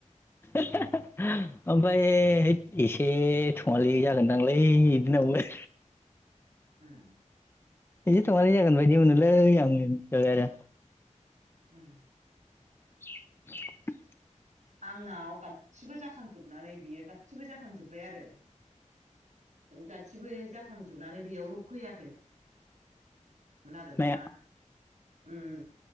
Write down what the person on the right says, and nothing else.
उम
ओम
आंनाव गासिबबो जाखांजोबनानै बियो गासिबो जाखांजोब्बाय आरो। गासिबो जाखांजोबनानै बेयावल' फैयाखैमोन मोन आरो दाना
ओम